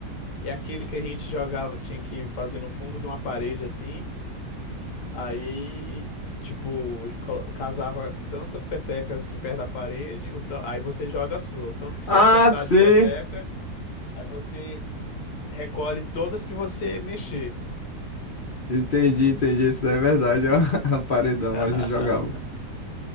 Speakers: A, on the left; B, on the left.
A: E aquele que a gente jogava, tinha que fazer no fundo de uma parede assim. Aí, tipo, colo- casava tantas petecas assim perto da parede, o ta- aí você joga a sua. O tanto que
B: Ah,
A: você acertar
B: sim!
A: de peteca, aí você recolhe todas que você mexer.
B: Entendi, entendi. Isso daí é verdade, ó. <laughs> O paredão
A: <laughs>
B: a gente jogava.